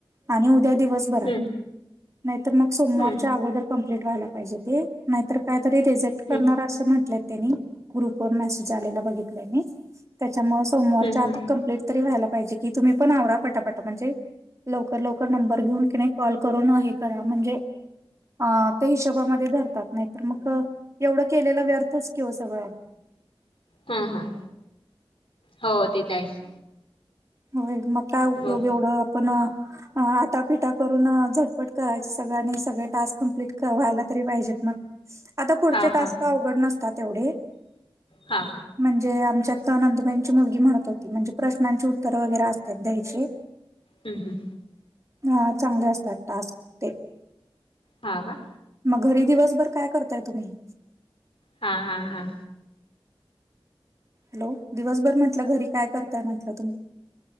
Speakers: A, on the right; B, on the left.
A: आणि उद्या दिवसभरात
B: हम्म
A: नाहीतर मग सोमवारच्या
B: हम्म
A: अगोदर कंप्लीट वयला पाहिजे ते नाहीर कायतरी रिजेक्ट
B: हम्म
A: करणार असं म्हंटलं त्यांनी ग्रुप वर मेसेज आलेला बघितलंने. त्याच्यामुळेळ सोमवारच्या
B: हम्म
A: आत
B: हम्म
A: कम्प्लीट तरी व्हायला पाहिजे की तुम्ही पण आवरा पटापटा म्हणजे लवकर लवकर नंबर घेऊन तिने कॉल करून हे करा म्हणजे अ ते हिशोबामध्ये धरतात नाही तर मग एवढं केलेलं व्यर्थच कि हो सगळं
B: हा हा हो तेथ आहेच
A: होय मग काय उपयोग
B: बघ
A: एवढं आपण आटाफिटा करून झटपट करायच सगळ आणि सगळे टास्क कं्प्लीट व्हायला तरी पाहिजेत आता पुढचे
B: हा
A: टास्क
B: हा
A: अवघड नसतात तेवढे
B: हा
A: म्हणजे आमच्यात नंदुबाईंची मुलगी म्हण म्हणजे प्रश्नांचे उत्तर वगैरे असतात द्यायचे.
B: हम् हम्
A: अ चांगले असतात टास्क ते
B: हा का.
A: मग घरी दिवसभर काय करताय तुम्ही?
B: हा हा हा
A: हॅलो दिवसभर म्हंटलं घरी काय करताय म्हटलं तुम्ही